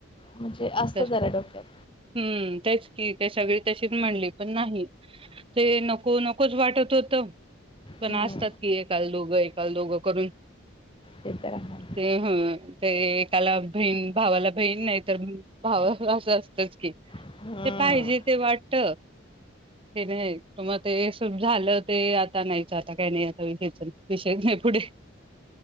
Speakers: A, on the left; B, on the right.
A: म्हणजे असतं
B: तेच
A: जरा
B: ना
A: डोक्यात
B: हूं तेच की, ते सगळी तशीच म्हणली पण नाही ते नको नकोच वाटत होत पण
A: हम्म
B: असतात की एकाल दोघं एकाल दोघं करून
A: ते तर आहे.
B: ते हूं हे एकाला बहीण भावाला बहीण नाही तर भाव अस असतच की
A: हम्म
B: ते पाहिजे ते वाटत हे त्याज हे ते झाल ते आता नाहीच आता काही नाही आता विषयच विषय नाही पुढे